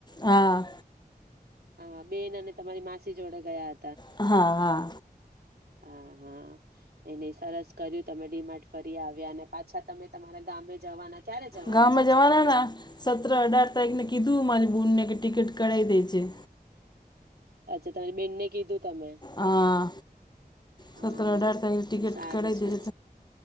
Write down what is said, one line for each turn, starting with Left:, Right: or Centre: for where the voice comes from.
Left: હા
Right: હા બેન અને તમારી માસી જોડે ગયા
Left: હા હા.
Right: આ હા. એ ની સરસ કર્યું તમે ડીમાર્ટ ફરી આવ્યા. અને પાછા તમે તમારા ગામે જવાના ક્યારે જવાના
Left: ગામમાં
Right: પાછા
Left: જવાના
Right: તમે
Left: ના સત્ર અઢાર તારીખ ને કીધું મારી બૂનને કે ટિકિટ ક્ઢાઇ દે જે.
Right: અચ્છા તમારી બેનને કીધું તમે
Left: હા
Right: હા
Left: સત્તર અઢાર તારીખ ટિકિટ
Right: તો સારું
Left: કરાવી
Right: છે.
Left: દે